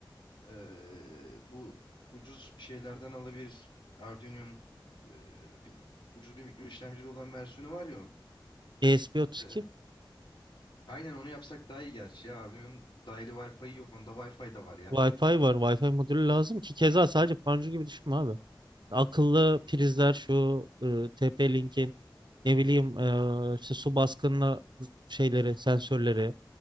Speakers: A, on the left; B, on the right.
A: eee, bu ucuz şeylerden alabiliriz. Arduino'nun eee, bir- ucuz bir mikro işlemcili olan versiyonu var ya onun.
B: ESP32
A: Eee, aynen onu yapsak daha iyi gerçi ya Arduino'nun dahili Wi-Fi'yi yok onda Wi-Fi de var ya.
B: Wi-Fi var. Wi-Fi modülü lazım ki keza sadece panjur gibi düşünme abi. Akıllı prizler şu e, TP-Link'in Ne bileyim eee, işte su baskınına şeyleri, sensörleri,